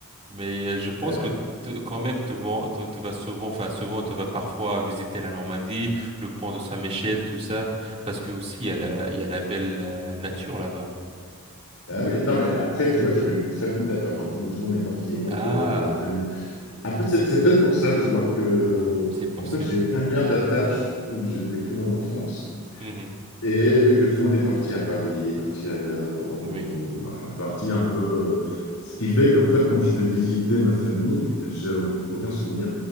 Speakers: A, on the right (about 30°); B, on the left (about 85°).
A: Mais euh, je pense
B: C'est vrai.
A: que te- quand même, tu vas, tu, tu vas souvent, enfin, souvent, tu vas parfois visiter la Normandie, le pont de Saint-Michel, tout ça, parce que aussi, il y a la, il y a la belle euh, nature là-bas.
B: Bah oui, non, mais après, tu vois, j'ai même plus de famille là-bas, enfin, tout, tout le monde est parti, donc
A: Ah.
B: euh, j'ai- Après, c'est c'est peut-être pour ça, tu vois, que,
A: C'est possible.
B: en fait, j'ai aucun lien d'attache où j'ai vécu mon enfance.
A: Mhm.
B: Et vu que tout le monde est parti à Paris, est parti ailleurs, à Bordeaux,
A: Oui.
B: bah, parti un peu. Ce qui fait qu'en fait, quand je vais visiter ma famille, j'ai au- aucun souvenir.